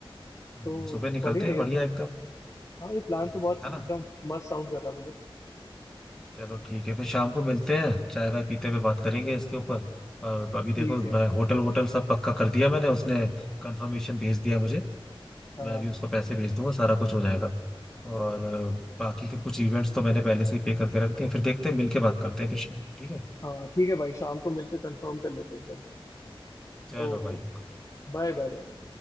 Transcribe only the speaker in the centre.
हम्म,
सुबह निकलते
हैं
बढ़िया
एकदम
हम्म,
है ना
चलो ठीक है फिर शाम को मिलते हैं चाय वाय पीते हुए बात करेंगे इसके ऊपर और अभी
देखो
मैं होटल वोटल सब पक्का कर दिया मैंने उसने कंफर्मेशन भेज दिया मुझे
मैं अभी उसको पैसे भेज दूंगा सारा कुछ हो जाएगा और अ, बाकी के कुछ इवेंट्स तो मैंने पहले से ही पे करके रख दिए फिर देखते हैं मिल के बात करते हैं फिर शाम को, ठीक है
चलो
भाई okay.